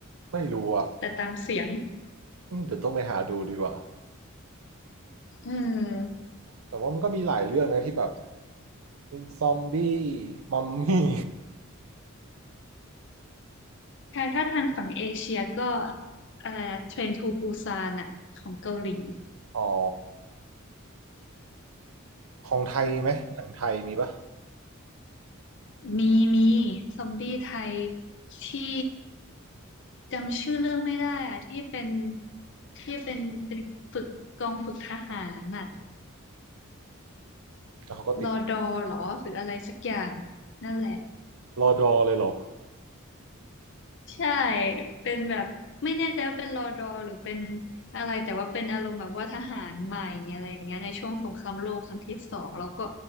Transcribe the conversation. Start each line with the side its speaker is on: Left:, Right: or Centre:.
Right: ไม่รู้อ่ะ
Left: แต่ตามเสียง
Right: อืมเดี๋ยวต้องไปหาดูดีกว่า
Left: อืม
Right: แต่ว่ามันก็มีหลายเรื่องนะที่แบบเป็นซอมบี้มัมมี่
Left: ใช่ถ้าทางฝั่งเอเชียก็อะไรนะเทรนทูปูซานอ่ะของเกาหลี
Right: <laughs> อ๋อของไทยไหมหนังไทยมีปะ
Left: มีมีซอมบี้ไทยที่จำชื่อเรื่องไม่ได้อะที่เป็นที่เป็นเป็นฝึกกองฝึกทหารน่ะ
Right: แล้วเขาก็ติด
Left: รอดอหรอหรืออะไรสักอย่างนั่นแหละ
Right: รอดอเลยเหรอ
Left: ใช่เป็นแบบไม่แน่ใจว่าเป็นรอดอหรือเป็นอะไรแต่ว่าเป็นอารมณ์แบบว่าทหารใหม่อะไรอย่างเงี้ยในช่วงสงครามโลกครั้งที่สองแล้วก็